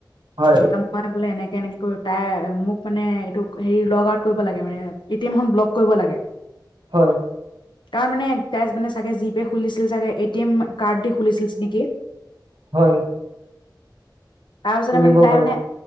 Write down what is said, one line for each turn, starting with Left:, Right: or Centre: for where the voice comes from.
Right: হয়
Left: হয় বোলে এনেকে এনেকে কৰি তাই মোক মানে এইটো হেৰি লগ আউট কৰিব লাগে মানে এট এম ব্ল কৰিব লাগে
Right: হয়।
Left: তাৰ মানে কেছ মানে চাগে জি পে' খুলিছিল চাগে এ টি এম কাৰ্ড দি খুলিছিল নেকি?
Right: হয়।
Left: তাৰপিছতে
Right: খুলিব
Left: মানে তাই
Right: পাৰে।
Left: মানে